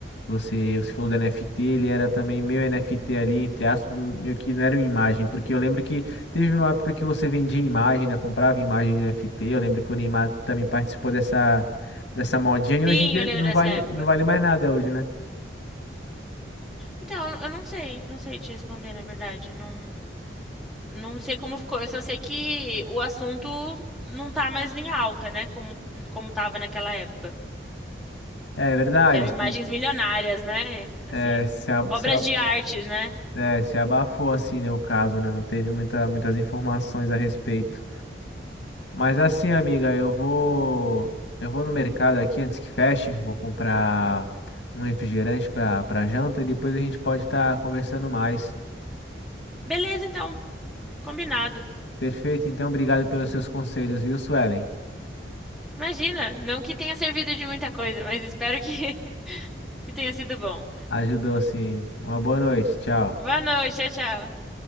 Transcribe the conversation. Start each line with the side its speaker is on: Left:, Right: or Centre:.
Left: você, você falou do NFT, ele era também meio NFT ali, entre aspas, meio que não era uma imagem, porque eu lembro que teve uma época que você vendia imagem, né, comprava imagem de NFT, eu lembro que o Neymar também participou dessa... Dessa modinha, e
Centre: Pinho,
Left: hoje em dia
Centre: eu lembro
Left: não
Centre: dessa
Left: vale,
Centre: época.
Left: não vale mais nada hoje, né?
Centre: Então, eu eu não sei, não sei te responder, na verdade. Não, não sei como ficou. Eu só sei que o assunto não tá mais em alta, né? Como, como tava naquela época.
Left: É verdade,
Centre: Que eram imagens
Left: se, se,
Centre: milionárias, né? Assim,
Left: é, se, a-
Centre: obras
Left: se a-
Centre: de arte, né?
Left: é, se abafou assim, né, o caso, né? Não teve muita, muitas informações a respeito. Mas assim, amiga, eu vou eu vou no mercado aqui antes que feche, vou comprar um refrigerante para para janta e depois a gente pode estar conversando mais.
Centre: Beleza, então, combinado.
Left: Perfeito, então obrigado pelos seus conselhos, viu, Suelen?
Centre: Imagina, não que tenha servido de muita coisa, mas espero que, <laughs> que tenha sido bom.
Left: Ajudou sim. Uma boa noite, tchau.
Centre: Boa noite, tchau, tchau.